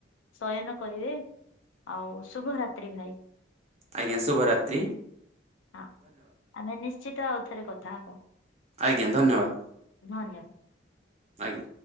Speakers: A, on the left (about 80°); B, on the right (about 35°).
A: ଶୟନ କରିବେ ଆଉ ଶୁଭରାତ୍ରି ଭାଇ।
B: ଆଜ୍ଞା ଶୁଭ ରାତ୍ରି।
A: ହଁ ଆମେ ନିଶ୍ଚିତ ଆଉ ଥରେ କଥା ହବା।
B: ଆଜ୍ଞା ଧନ୍ୟବାଦ
A: ଧନ୍ୟବାଦ।
B: ଆଜ୍ଞା।